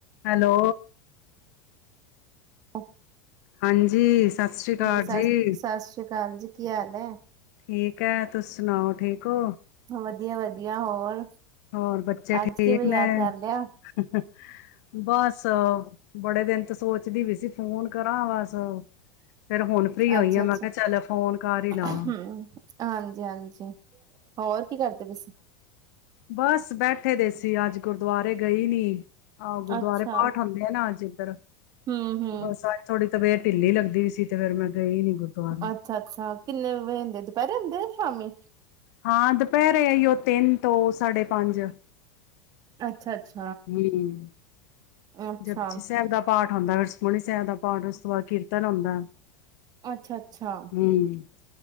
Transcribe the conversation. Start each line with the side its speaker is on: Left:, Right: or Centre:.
Left: ਹੈਲੋ
Right: ਆ
Left: ਹਾਂਜੀ ਸਤਿ ਸ੍ਰੀ ਅਕਾਲ
Right: ਸਤਿ
Left: ਜੀ।
Right: ਸਤਿ ਸ੍ਰੀ ਅਕਾਲ ਜੀ ਕੀ ਹਾਲ ਹੈ।
Left: ਠੀਕ ਹੈ ਤੁਸੀ ਸੁਣਾਓ ਠੀਕ ਹੋ।
Right: ਵਧੀਆ-ਵਧੀਆ ਹੋਰ
Left: ਹੋਰ ਬੱਚੇ ਠੀਕ
Right: ਅੱਜ ਕਿਵੇਂ ਯਾਦ
Left: ਨੇ।
Right: ਕਰ ਲਿਆ?
Left: ਬਸ ਬੜੇ ਦਿਨ ਤੋਂ ਸੋਚਦੀ ਪਈ ਸੀ ਫੋਨ ਕਰਾਂ ਬਸ ਫੇਰ ਹੁਣ ਫ੍ਰਰੀ ਹੋਈ
Right: ਅੱਛਾ-ਅੱਛਾ
Left: ਆ ਮੈਂ ਕਿਹਾ ਚੱਲ ਫੋਨ ਕਰ ਹੀ ਲਾਂ
Right: ਹ ਹਾਂਜੀ-ਹਾਂਜੀ ਹੋਰ ਕੀ ਕਰਦੇ ਪਾਏ ਸੀ ਤੁ
Left: ਬਸ ਬੈ ਦੇ ਸੀ ਅੱਜ ਗੁਰਦੁਆਰੇ ਗਈ ਨੀ। ਆਹੋ ਗੁਰਦੁਆਰੇ
Right: ਅੱਛਾ
Left: ਪਾਠ ਹੁੰਦੇ ਆ ਨਾ ਅੱਜ ਇੱਧਰ
Right: ਹਮ ਹਮ
Left: ਬੱਸ ਅੱਜ ਥੋੜ੍ਹੀ ਤਬੀਅਤ ਢਿੱਲੀ ਲੱਗਦੀ ਸੀ ਤੇ ਫੇਰ ਮੈਂ ਗਈ ਨੀ। ਗੁਰਦੁਆਰੇ
Right: ਅੱਛਾ-ਅੱਛਾ ਕਿੰਨੇ ਵਜੇ ਹੁੰਦੇ ਦੁਪਹਿਰੇ ਹੁੰਦੇ ਸ਼ਾਮੀ?
Left: ਹਾਂ ਦੁਪਹਿਰੇ ਆਈਓ ਤਿੰਨ ਤੋਂ ਸਾਢੇ ਪੰਜ।
Right: ਅੱਛਾ-ਅੱਛਾ
Left: ਹਮ
Right: ਅੱਛਾ
Left: ਜਪਜੀ ਸਾਹਿਬ ਦਾ ਪਾਠ ਹੁੰਦਾ ਸੁਖਮਨੀ ਸਾਹਿਬ ਦਾ ਪਾਠ ਉਸ ਤੋਂ ਬਾਅਦ ਕੀਰਤਨ ਹੁੰਦਾ।
Right: ਅੱਛਾ-ਅੱਛਾ
Left: ਹੂੰ।